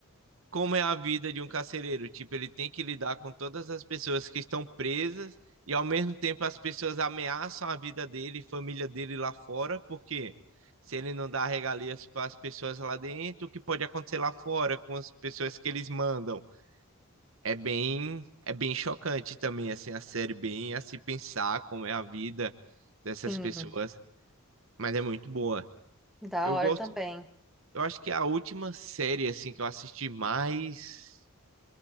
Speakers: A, on the right; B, in the centre.
A: como é a vida de um carcereiro. Tipo, ele tem que lidar com todas as pessoas que estão presas e ao mesmo tempo as pessoas ameaçam a vida dele e família dele lá fora, porque se ele não dá regalias para as pessoas lá dentro, o que pode acontecer lá fora com as pessoas que eles mandam? É bem, é bem chocante também assim a série bem a se pensar como é a vida dessas
B: Sim,
A: pessoas, mas é muito boa.
B: da
A: Eu
B: hora
A: gosto,
B: também.
A: eu acho que é a última série assim que eu assisti mais